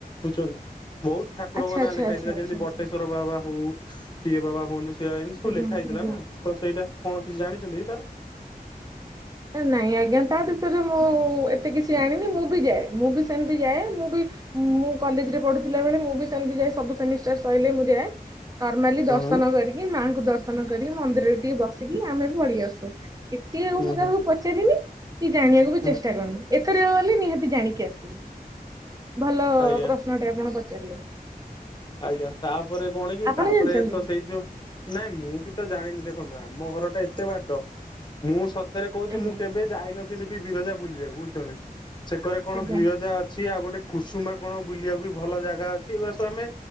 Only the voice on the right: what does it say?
ଆଚ୍ଛା
ଆଚ୍ଛା
ଆଚ୍ଛା
ଆଚ୍ଛା
ଆଚ୍ଛା
ଆଜ୍ଞା
ଆଜ୍ଞା।
ଏ ନାଇଁ ଆଜ୍ଞା ତା ବିଷୟରେ ମୁଁ ଏତେ କିଛି ଜାଣିନି। ମୁଁ ବି ଯାଏ। ମୁଁ ବି ସେମିତି ଯାଏ। ମୁଁ <unintelligible> ମୁଁ କଲେଜ ରେ ପଢୁଥିଲା ବେଳେ ମୁଁ ବି ସେମିତି ଯାଏ ସବୁ ସେମିଷ୍ଟାର ସଇଲେ ମୁଁ ଯାଏ। ନର୍ମାଲି ଦର୍ଶନ
କରିକି ମାଙ୍କୁ ଦର୍ଶନ କରି ମନ୍ଦିରରେ ଟିକେ ବସିକି ଆମେ ପଳେଇ ଆସୁ। ଏତିକ ଆଉ
ମୁଁ
କାହାକୁ ପଚାରିନି କି ଜାଣିବାକୁ ବି
ଚେଷ୍ଟା କରନି। ଏଥର ଗଲେ ନିହାତି ଜାଣିକି ଆସିବି। ଭଲ
ପ୍ରଶ୍ନଟେ ଆପଣ ପଚାରିଲେ।
ଆପଣ
ଜାଣିଛନ୍ତି
ଆଜ୍ଞା
ଆଜ୍ଞା